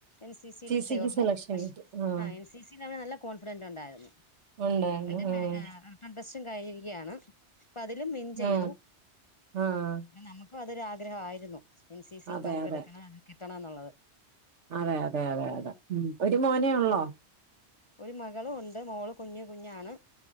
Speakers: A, on the left; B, on the right.
A: എൻ സി സിലു
B: സിക്ക്
A: ചേർന്നു
B: സെലക്ഷൻ
A: പഷേ
B: കിട്ടി ആഹ്
A: അ എൻ സി സി ലെവല് നല്ല കോൺഫിഡന്റ് ഒണ്ടായിരുന്നു
B: ഉണ്ടായിരുന്നു
A: ആൻ്റ്
B: ആഹ്
A: എറെ ഇട്രസ്റ്റും കഴിഞ്ഞിരിക്കയാണ്. അപ്പ അതിലും വിൻ ചെയ്തു
B: ആഹ് ആഹ്
A: നമ്മക്കും അതൊരു ആഗ്രഹായിരുന്നു. എൻ സി സിയിൽ
B: അതെ
A: പങ്കെടുക്കണം.
B: അതെ
A: അത് കിട്ടണംന്നുള്ളത്.
B: അതെ അതെ അതെ അതെ ഉം ഒരു മോനെ ഒള്ളോ?
A: ഒരു മകളും ഉണ്ട് മോള് കുഞ്ഞ് കുഞ്ഞാണ്.